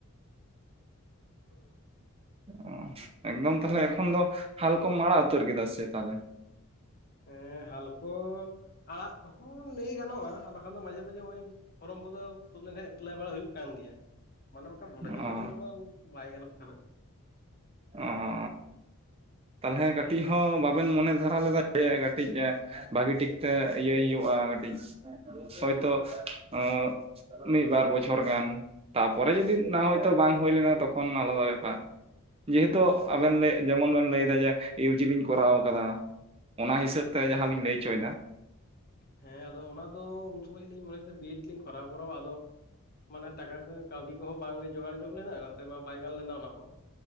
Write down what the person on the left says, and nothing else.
ᱚᱸᱻ᱾
ᱦᱮᱸ ᱦᱟᱞᱠᱚ ᱟᱲᱟᱜ ᱦᱚᱸ ᱞᱟᱹᱭ ᱜᱟᱱᱚᱜ-ᱟ᱾ ᱵᱟᱠᱷᱟᱱ ᱫᱚ ᱢᱟᱡᱷᱮ ᱢᱟᱡᱷᱮ ᱦᱚᱜᱼᱚᱭ᱾ ᱯᱷᱚᱨᱚᱢ ᱠᱚᱫᱚ ᱛᱩᱫ ᱞᱮᱱᱠᱷᱟᱡ ᱮᱯᱞᱟᱭ ᱵᱟᱲᱟ ᱦᱩᱭᱩᱜ ᱠᱟᱱ ᱜᱮᱭᱟ᱾ ᱢᱟᱱᱮ ᱚᱱᱠᱟ ᱢᱚᱱᱮᱡᱳᱜ
ᱠᱟᱛᱮᱜ ᱫᱚ ᱵᱟᱭ ᱜᱟᱱᱚᱜ ᱠᱟᱱᱟ᱾
ᱦᱮᱸ ᱟᱫᱚ ᱚᱱᱟᱫᱚ ᱩᱱ ᱥᱚᱢᱚᱭ ᱞᱤᱧ ᱢᱚᱱᱮ ᱛᱟᱸᱦᱮ ᱵᱤ ᱮᱰ ᱞᱤᱧ ᱠᱚᱨᱟᱣ ᱠᱚᱨᱟᱣᱼᱟ ᱟᱫᱚ ᱢᱟᱱᱮ ᱴᱟᱠᱟ ᱠᱚ ᱠᱟᱹᱣᱰᱤ ᱠᱚᱦᱚᱸ ᱵᱟᱝᱜᱮ ᱡᱚᱜᱟᱲ ᱧᱚᱜ ᱞᱮᱱᱟ᱾ ᱚᱱᱟ ᱛᱮᱢᱟ ᱵᱟᱭ ᱜᱟᱱ ᱞᱮᱱᱟ ᱚᱱᱟ ᱦᱚᱸ